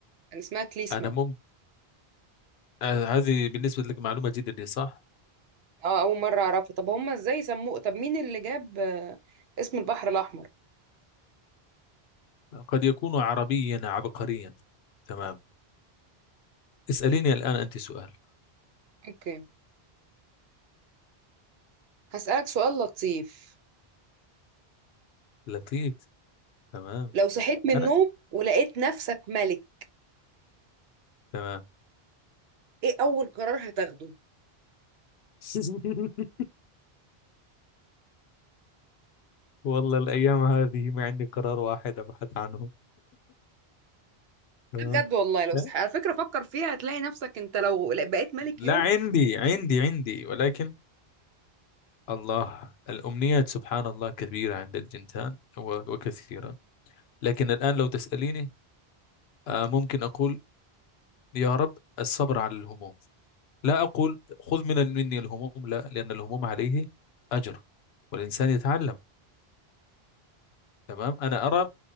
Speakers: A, on the right (about 75°); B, on the left (about 80°).
A: كان اسمها كليسما
B: أنا مم... آه، هذه بالنسبة لك معلومة جديدة صح
A: اه أول مرة أعرفه طب هما ازاي سموه طب مين اللي جاب آه، اسم البحر الأحمر
B: قد يكون عربيا عبقريا تمام اسأليني الآن أنت سؤال
A: اوكي هسألك سؤال لطيف
B: لطيف تمام
A: لو صحيت من النوم
B: أنا
A: ولقيت نفسك ملك
B: تمام
A: ايه اول قرار هتاخده
B: <laughs> والله الأيام هذه ما عندي قرار واحد أبحث عنه تمام
A: بجد والله لو
B: لا
A: صح... على فكرة فكر فيها هتلاقي نفسك انت لو بقيت ملك
B: لا
A: يوم
B: عندي عندي عندي ولكن الله الأمنيات سبحان الله كبيرة عند الجنتان و- وكثيرة لكن الآن لو تسأليني آه، ممكن أقول يا رب الصبر على الهموم لا أقول خذ من مني الهموم لا لأن الهموم عليه أجر والإنسان يتعلم تمام أنا أرى